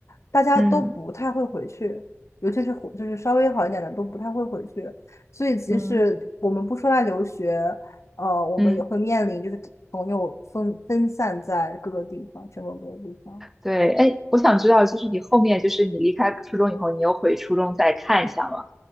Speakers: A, on the left; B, in the centre.
A: 大家都不太会回去，
B: 嗯
A: 尤其是回就是稍微好一点的都不太会回去。所以即使我们不说来留学。
B: 嗯
A: 呃，我们也会面临就是朋友分分散在各个地方，
B: 嗯
A: 全国各个地方。
B: 对，哎，我想知道，就是你后面，就是你离开初中以后，你又回初中再看一下吗？